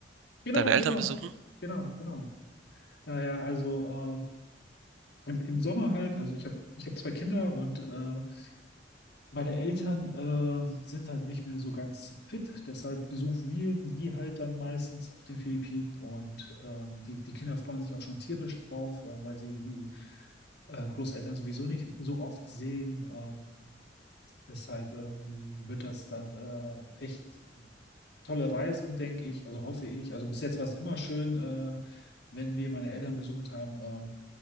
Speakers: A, on the left (about 60°); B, on the right (about 85°).
A: genau,
B: deine Eltern
A: genau,
B: besuchen.
A: genau, genau. Daher also äh, im, im Sommer halt, also ich habe ich hab zwei Kinder und äh, Meine Eltern äh, sind halt nicht mehr so ganz fit, deshalb besuchen wir sie halt dann meistens auf den Philippinen und ähm, die, die Kinder freuen sich auch schon tierisch drauf, äh, weil sie die äh, Großeltern sowieso nicht so oft sehen. Äh, deshalb ähm, wird das dann äh, echt tolle Reise, denke ich, also hoffe ich. Also bis jetzt war es immer schön, äh, wenn wir meine Eltern besucht haben. ähm,